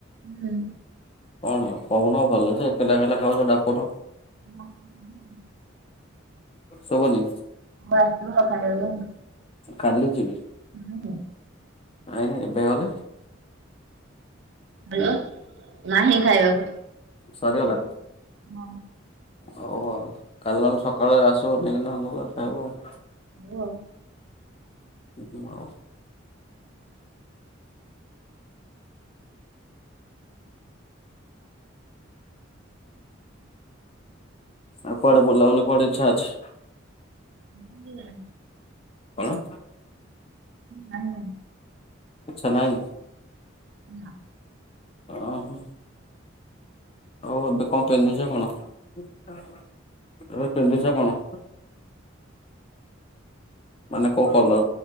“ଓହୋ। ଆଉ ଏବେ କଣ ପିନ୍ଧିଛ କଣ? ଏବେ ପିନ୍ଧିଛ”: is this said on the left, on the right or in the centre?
Left